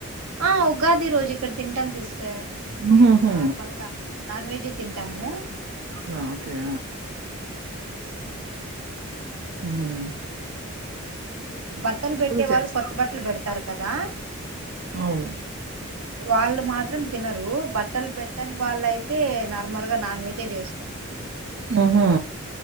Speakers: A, on the right; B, on the right.
A: ఆ ఉగాది రోజు ఇక్కడ తింటాం సిస్టర్
B: హుహుహు.
A: మేం నార్మల్గా నాన్వెజే తింటాము
B: అవునా ఓకే ఉమ్
A: బట్టలు బెట్టే వాళ్ళు
B: చేస్తాం.
A: కొత్త బట్టలు బెడ్తారు కదా
B: అవును.
A: వాళ్ళు మాత్రం తినరు బట్టలు పెట్టని వాళ్ళైతే. నార్మల్ గా నాన్ వెజే జేసుకుంటం.
B: ఆహా.